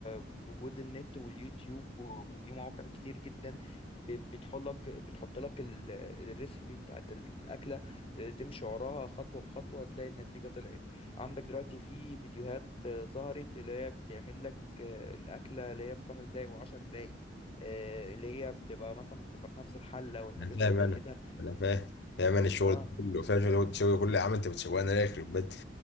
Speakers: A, on the left; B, on the left.
A: بوجود النت واليوتيوب و- وفي مواقع كتير جدا ب- بتحط لك بتحط لك ال- الريسبي بتاعت الأكلة آه، تمشي وراها خطوة بخطوة تلاقي النتيجة طلعت عندك دلوقتي في فيديوهات آه، ظهرت اللي هي بتعمل لك آه، الأكلة اللي هي في خمس دقايق وعشر دقايق آه، اللي هي بتبقى مثلا بتبقى في نفس الحلة والحاجات
B: انا فاهم
A: اللي زي
B: انا
A: كده
B: انا فاهم فاهم انا الشغل
A: اه
B: ده كله فاهم الشغل ده- الشغل ده كله يا عم انت بتشوقني ليه يخرب بيت